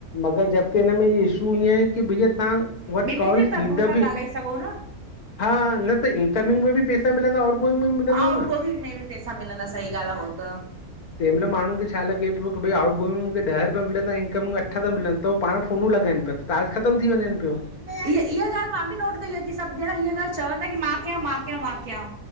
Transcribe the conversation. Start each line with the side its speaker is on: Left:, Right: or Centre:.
Left: मगर जबकी हिन में इशू ईअं की भैया तव्हां वट
Right: ॿिन्हिनि
Left: कॉल
Right: जे तरफ़ो
Left: ईंदव
Right: था ॻाल्हाए
Left: बि
Right: सघो न
Left: हा न त इनकमिंग में बि पैसा मिलंदा, आउटगोइंग में बि मिलंदव
Right: आउट
Left: न।
Right: गोइंग में बि पैसा मिलंदा सही ॻाल्हि आहे हो त
Left: तंहिंमल माण्हु खे छा लॻे पियो कि भाई आउट गोइंग मे मूंखे ॾह रुपया मिलंदा अठ त मिलन तह पाण फोनूं लॻाइनि पिया टास्क ख़तम थी वञनि पियो।
Right: ईह ॻाल्हि मां बि नोट कई आ की सभ ॼणा हीअ ॻाल्हि चवंन प्या कि मां कयां मां कयां मां कयां।